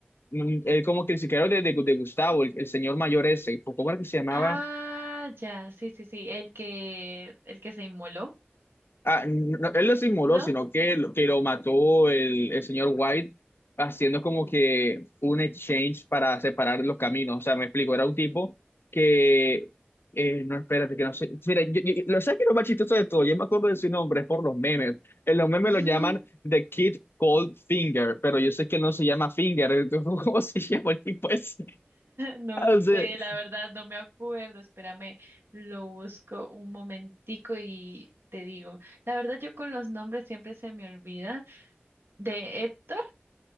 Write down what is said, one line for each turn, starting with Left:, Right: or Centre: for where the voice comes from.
Left: mm, el como que el sicario de, de, de Gustavo, el, el señor mayor ese, ¿cómo era que se llamaba?
Right: Ah, ya, sí, sí, sí, el que, el que se inmoló,
Left: Ah, no, él lo simuló,
Right: ¿no?
Left: sino que, lo- que lo mató el, el señor White haciendo como que un exchange para separar los caminos. O sea, me explico, era un tipo que... eh, no, espérate, que no sé. Mira, yo- yo- lo sabes que lo más chistoso de todo, yo me acuerdo de su nombre, es por los memes. En los memes
Right: <laughs>
Left: lo llaman The Kid Cold Finger, pero yo sé que no se llama Finger, entonces, <laughs> ¿cómo se llama el tipo ese?
Right: No
Left: <laughs>
Right: sé, la verdad, no me acuerdo. Espérame, lo busco un momentico y te digo. La verdad, yo con los nombres siempre se me olvida. ¿De Héctor?